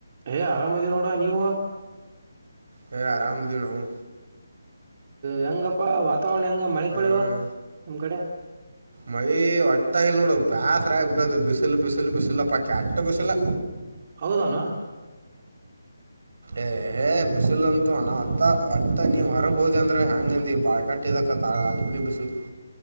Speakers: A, on the right; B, on the right.
A: ಏ ಆರಾಮೀದೀ ನೋಡ ನೀವು.
B: ಹೇ ಆರಾಮಿದೀವಿ ನೋಡು.
A: ಹೆಂಗಪ್ಪಾ ವಾತಾವರಣ ಹೆಂಗ ಮಳೆಪಳಿ
B: ಹಾಂ
A: ಅವ ನಿಮ್ ಕಡೆ.
B: ಮಳಿ ಒಟ್ಟ ಇಲ್ ನೋಡು ಬ್ಯಾಸರ ಆಗಿಬಿಟ್ಟದ ಬಿಸಿಲು ಬಿಸಿಲು ಬಿಸಿಲಪ್ಪ ಕೆಟ್ಟ ಬಿಸಿಲು.
A: ಹೌದ ಏನ
B: ಏ ಹೇ ಬಿಸಿಲು ಅಂತು ನತ್ತ ಹೊಟ್ಟ ನೀವ್ ಹೊರಗ ಹೋದೆ ಅಂದ್ರ ಯಂಗಂದಿ ಬಾಳ್ ಕಟ್ಟ ಇಲ್ಲ ಕಾಕ ಆ ನಮನಿ ಬಿಸಿಲು